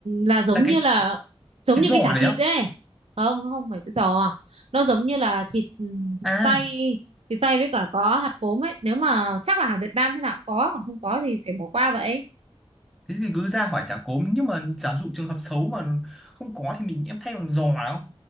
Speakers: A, on the right; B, in the centre.
A: là giống
B: là cái
A: như là giống
B: cái
A: như
B: giỏ
A: cái chả
B: đấy
A: thịt
B: không
A: ấy không nó không phải cái giò nó giống như là thịt ừ, thịt
B: à
A: xay thịt xay với cả có hạt cốm ấy nếu mà chắc là hàng Việt Nam thế nào cũng có còn không có thì phải bỏ qua vậy
B: thế thì cứ ra hỏi chả cốm nhưng mà giả dụ trường hợp xấu mà không có thì mình em thay bằng giò không